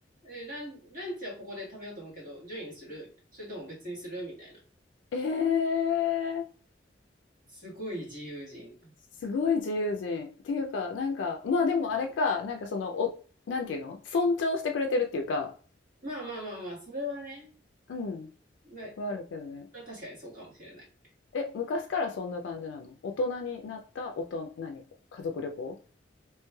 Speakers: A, on the right; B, on the left.
A: えラン、ランチはここで食べようと思うけど、ジョインするそれとも別にするみたいな。
B: ええ。
A: すごい自由人。
B: すごい自由人っていうかなんかまあでもあれかなんかそのおなんていうの尊重してくれてるっていうか
A: まあまあまあまあ、それはね、
B: うん
A: ま
B: はあるけどね
A: あ確かにそうかもしれない。
B: え昔からそんな感じなの大人になった大人何家族旅行